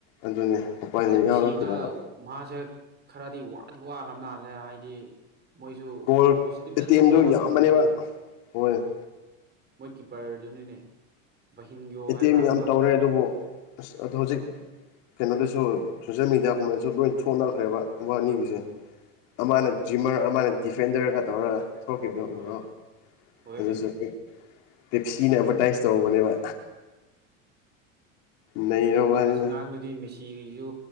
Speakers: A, on the left (about 60°); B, on the right (about 25°).
A: ꯑꯗꯨꯅꯦ ꯎꯄꯥꯏꯗꯤ
B: ꯑꯁ ꯃꯤꯁꯤ
A: ꯌꯥꯎꯔꯛꯇ꯭ꯔꯦꯕ
B: ꯀ ꯃꯍꯥꯛꯁꯦ ꯈꯔꯗꯤ ꯋꯥꯗꯤ ꯋꯥꯈ꯭ꯔꯕ ꯅꯥꯜꯂꯦ ꯍꯥꯏꯗꯤ ꯃꯣꯏꯁꯨ
A: ꯒꯣꯜ
B: ꯄꯨꯁꯇꯤ ꯐꯖꯅ
A: ꯑꯦꯇꯦꯝꯗꯨ
B: ꯇꯧꯋꯦꯕ
A: ꯌꯥꯝꯕꯅꯦꯕ
B: ꯀꯦꯕꯣꯁꯨ
A: ꯍꯣꯏ
B: ꯃꯣꯏ ꯀꯤꯄꯔꯗꯨꯅꯤꯅꯦ ꯚꯍꯤꯟꯒꯣ
A: ꯑꯦꯇꯦꯝ
B: ꯍꯥꯏꯕ꯭ꯔꯥ
A: ꯌꯥꯝ
B: ꯑꯃ
A: ꯇꯧꯔꯦ ꯑꯗꯨꯕꯨ ꯑꯁ ꯑꯗꯣ ꯍꯧꯖꯤꯛ
B: ꯎꯝ
A: ꯀꯩꯅꯣꯗꯁꯨ ꯁꯣꯁꯦꯜ ꯃꯦꯗꯤꯌꯥꯒꯨꯝꯕꯦꯟꯁꯨ ꯂꯣꯏ ꯊꯣꯛꯅꯈ꯭ꯔꯦꯕ ꯕꯥ ꯑꯅꯤꯒꯤꯁꯦ
B: ꯎꯝ
A: ꯑꯃꯅ ꯖꯤꯝꯃꯔ ꯑꯃꯅ ꯗꯤꯐꯦꯟꯗꯔꯒ ꯇꯧꯔꯒ ꯁꯣꯀꯦꯠꯗꯣ
B: ꯍꯣꯏ
A: ꯎꯕ꯭ꯔꯣ
B: ꯍꯣꯏ
A: ꯑꯗꯨꯁꯨ
B: ꯍꯣꯏ
A: ꯄꯤꯞꯁꯤꯅ ꯑꯦꯚꯔꯇꯥꯏꯁ ꯇꯧꯕꯅꯦꯕ ꯅꯩꯔ
B: ꯁꯦꯡꯕ
A: ꯋꯥꯅꯤꯗ
B: ꯑꯁꯉꯥꯡꯗꯨꯗꯤ ꯃꯦꯁꯤ ꯇꯤꯕꯤꯁꯨ